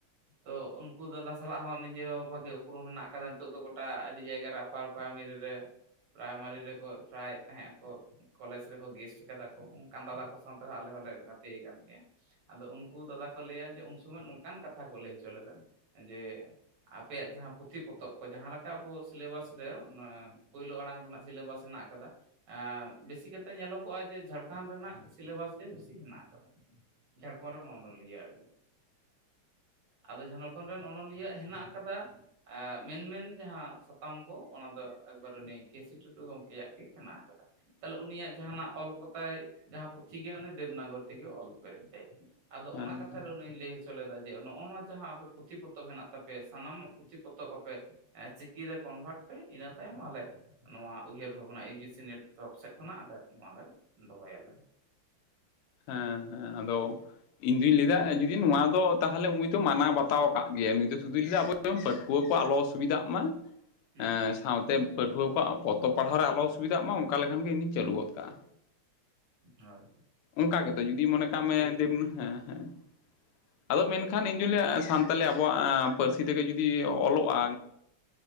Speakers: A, on the right (about 80°); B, on the left (about 85°).
A: ᱛᱚ ᱩᱱᱠᱩ ᱫᱟᱫᱟ ᱥᱟᱞᱟᱜ ᱦᱚᱸ ᱱᱤᱡᱮ ᱦᱚᱸ ᱵᱷᱟᱜᱮ ᱩᱯᱨᱩᱢ ᱦᱮᱱᱟᱜ ᱠᱟᱫᱟ ᱱᱤᱛᱚᱜ ᱫᱚ ᱜᱚᱴᱟ ᱟᱹᱰᱤ ᱡᱟᱭᱜᱟ ᱨᱮ <unintelligible> ᱯᱨᱟᱭᱢᱟᱨᱤ ᱨᱮ ᱯᱨᱟᱭᱢᱟᱨᱤ ᱨᱮᱠᱚ ᱴᱨᱟᱭᱮᱫ ᱛᱟᱦᱮᱸ ᱟᱠᱚ ᱠᱚᱞᱮᱡᱽ ᱨᱮᱠᱚ ᱜᱮᱥᱴ ᱠᱟᱫᱟ ᱠᱚ ᱚᱱᱠᱟᱱ ᱫᱟᱫᱟ ᱠᱚ ᱥᱟᱶ ᱛᱮᱦᱚᱸ ᱟᱞᱮ ᱦᱚᱸᱞᱮ ᱜᱟᱛᱮ ᱠᱟᱱᱟᱱ ᱜᱮᱭᱟ ᱟᱫᱚ ᱩᱱᱠᱩ ᱫᱟᱫᱟ ᱠᱚ ᱞᱟᱹᱭᱟ ᱡᱮ ᱩᱱ ᱥᱚᱢᱚᱭ ᱱᱚᱝᱠᱟᱱ ᱠᱟᱛᱷᱟ ᱠᱚ ᱞᱟᱹᱭ ᱦᱚᱪᱚ ᱞᱮᱫᱟ ᱡᱮ ᱟᱯᱮᱭᱟᱜ ᱡᱟᱦᱟᱸ ᱯᱩᱛᱷᱤ ᱯᱚᱛᱚᱵ ᱠᱚ ᱡᱟᱦᱟᱸᱞᱮᱠᱟ ᱟᱵᱚ ᱥᱤᱞᱮᱵᱟᱥ ᱨᱮ ᱚᱱᱟ ᱯᱳᱭᱞᱳ ᱟᱲᱟᱝ ᱨᱮᱱᱟᱜ ᱥᱤᱞᱮᱵᱟᱥ ᱢᱮᱱᱟᱜ ᱟᱠᱟᱫᱟ ᱟ ᱵᱮᱥᱤ ᱠᱟᱛᱮᱜ ᱧᱮᱞᱚᱜᱚᱼᱟ ᱡᱮ ᱡᱷᱟᱲᱠᱷᱚᱱᱰ ᱨᱮᱱᱟᱜ ᱥᱤᱞᱮᱵᱟᱥ ᱜᱮ ᱵᱮᱥᱤ ᱦᱮᱱᱟᱜ ᱟᱠᱟᱫᱟ ᱡᱷᱟᱲᱠᱷᱚᱱᱰ ᱨᱮᱱ ᱚᱱᱚᱞᱤᱭᱟᱹ ᱟᱜ ᱜᱮ ᱟᱫᱚ ᱡᱷᱟᱲᱠᱷᱚᱱᱰ ᱨᱮᱱ ᱚᱱᱚᱞᱤᱭᱟᱹ ᱟᱜ ᱦᱮᱱᱟᱜ ᱟᱠᱟᱫᱟ ᱟ ᱢᱮᱱ ᱢᱮᱱ ᱡᱟᱦᱟᱸ ᱥᱟᱛᱟᱢ ᱠᱚ ᱚᱱᱟ ᱫᱚ ᱮᱠᱵᱟᱨ ᱩᱱᱤ ᱠᱮᱥᱤ ᱴᱩᱰᱩ ᱜᱚᱝᱠᱮ ᱠᱮᱭᱟᱜ ᱜᱮ ᱦᱮᱱᱟᱜ ᱟᱠᱟᱫᱟ ᱛᱟᱦᱚᱞᱮ ᱩᱱᱤᱭᱟᱜ ᱡᱟᱦᱟᱸ ᱱᱟᱜ ᱚᱞ ᱠᱚᱛᱟᱭ ᱡᱟᱦᱟᱸ ᱯᱩᱛᱷᱤ ᱜᱮ ᱩᱱᱤ ᱫᱮᱵᱽᱱᱟᱜᱚᱨᱤ ᱛᱮᱜᱮ ᱚᱞ ᱯᱮᱨᱮᱡ ᱛᱟᱭ ᱟᱫᱚ
B: ᱦᱮᱸ
A: ᱚᱱᱟ ᱠᱟᱛᱷᱟ ᱨᱮ ᱱᱩᱭ ᱞᱟᱹᱭ ᱦᱚᱪᱚ <unintelligible> ᱟ ᱡᱮ ᱱᱚᱜᱼ ᱱᱚᱣᱟ ᱡᱟᱦᱟᱸ ᱟᱯᱮ ᱯᱩᱛᱷᱤ ᱯᱚᱛᱚᱵ ᱦᱮᱱᱟᱜ ᱛᱟᱯᱮ ᱥᱟᱱᱟᱢᱟᱜ ᱯᱩᱛᱷᱤ ᱯᱚᱛᱚᱵ ᱟᱯᱮ <unintelligible> ᱪᱤᱠᱤᱨᱮ ᱠᱚᱱᱵᱷᱟᱨᱴ ᱯᱮ ᱤᱱᱟᱹ ᱛᱟᱭᱚᱢ ᱟᱞᱮ ᱱᱚᱣᱟ ᱩᱭᱦᱟᱹᱨ ᱵᱷᱟᱵᱽᱱᱟ ᱤᱭᱩ ᱡᱤ ᱥᱤ ᱱᱮᱴ ᱛᱚᱨᱚᱯ ᱥᱮᱫ ᱠᱷᱚᱱᱟᱜ ᱟᱞᱮ ᱱᱚᱣᱟ ᱞᱮ ᱫᱚᱦᱚᱭᱟ ᱞᱮ
B: ᱦᱮᱸ ᱦᱮᱸ ᱟᱫᱚ ᱤᱧ ᱫᱩᱧ ᱞᱟᱹᱭᱮᱫᱟ ᱡᱩᱫᱤ ᱱᱚᱣᱟ ᱫᱚ ᱛᱟᱦᱚᱞᱮ ᱩᱱᱤ ᱫᱚ ᱢᱟᱱᱟᱣ ᱵᱟᱛᱟᱣ ᱠᱟᱫ ᱜᱮᱭᱟ ᱱᱩᱭ ᱫᱚ ᱥᱩᱫᱩ ᱞᱟᱹᱭᱟ ᱟᱵᱚ ᱡᱮᱢᱚᱱ ᱯᱟᱹᱷᱣᱟᱹ ᱠᱚ ᱟᱞᱚ ᱚᱥᱩᱵᱤᱫᱟᱜ ᱢᱟ
A: ᱦᱩᱸ
B: ᱮᱜ ᱥᱟᱶᱛᱮ ᱯᱟᱹᱴᱷᱩᱣᱟᱹ ᱠᱚᱣᱟᱜ ᱯᱚᱛᱚᱵ ᱯᱟᱲᱦᱟᱣ ᱨᱮ ᱟᱞᱚ ᱚᱥᱩᱵᱤᱫᱷᱟᱜ ᱢᱟ ᱚᱱᱠᱟ ᱞᱮᱠᱷᱟᱱ ᱜᱮ ᱤᱧᱫᱩᱧ
A: ᱦᱩᱸ
B: ᱪᱟᱹᱞᱩ ᱜᱚᱫ ᱠᱟᱜᱼᱟ
A: ᱦᱳᱭ
B: ᱚᱱᱠᱟ ᱜᱮᱛᱚ ᱡᱩᱫᱤ ᱢᱚᱱᱮ ᱠᱟᱜ ᱢᱮ
A: ᱴᱷᱤᱠ
B: ᱫᱮᱵ
A: ᱴᱷᱤᱠ
B: ᱦᱮᱸ ᱦᱮᱸ ᱟᱫᱚ ᱢᱮᱱᱠᱷᱟᱱ ᱤᱧ ᱡᱩᱤ ᱞᱟᱭᱮᱜᱼᱟ ᱥᱟᱱᱛᱟᱞᱤ ᱟᱵᱚᱣᱟᱜ ᱯᱟᱹᱨᱥᱤ ᱛᱮᱜᱮ ᱡᱩᱫᱤ ᱚᱞᱚᱜᱼᱟ?